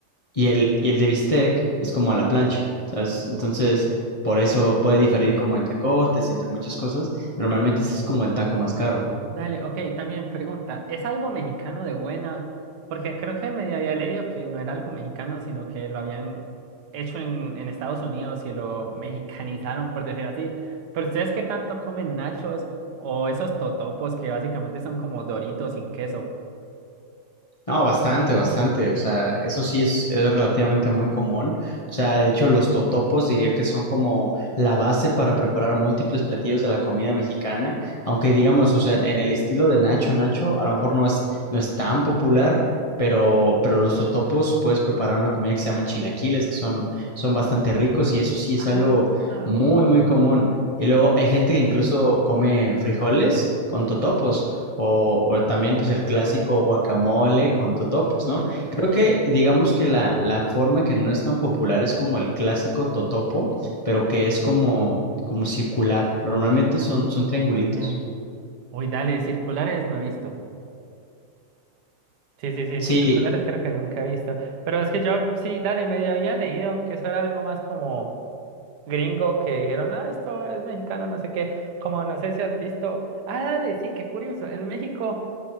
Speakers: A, on the left (about 45°); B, on the right (about 80°).
A: Y el, y el de bistec es como a la plancha, ¿sabes? Entonces, por eso puede diferir como entre cortes y entre muchas cosas. Normalmente ese es como el taco más caro.
B: Dale, ok, también pregunta, ¿es algo mexicano de buena? Porque creo que medio había leído que no era algo mexicano, sino que lo habían hecho en, en Estados Unidos y lo mexicanizaron, por decir así. Pero ¿ustedes qué tanto comen nachos o esos totopos que básicamente son como doritos sin queso?
A: No, bastante, bastante. O sea, eso sí es, es relativamente muy común. O sea, de hecho, los totopos diría que son como la base para preparar múltiples platillos de la comida mexicana. Aunque digamos, o sea, en el estilo de Nacho Nacho, a lo mejor no es, no es tan popular, pero, pero los totopos puedes preparar una comida que se llama chilaquiles, que son, son bastante ricos, y eso sí es
B: Ah,
A: algo muy,
B: o-
A: muy común. Y luego hay gente que incluso come frijoles con totopos. O, o también pues el clásico guacamole con totopos,
B: ujú.
A: ¿no? Creo que digamos que la, la forma que no es tan popular es como el clásico totopo, pero que es como, como circular. Normalmente son, son triangulitos.
B: Eh, Uy, dale, circulares no he visto. Sí, sí, sí,
A: Sí,
B: circulares creo que nunca he visto. Pero es que yo sí, dale, medio había leído que eso era algo más como... gringo que dijeron, ah, esto es mexicano, no sé qué, como no sé si has visto, ah, dale, sí, qué curioso, en México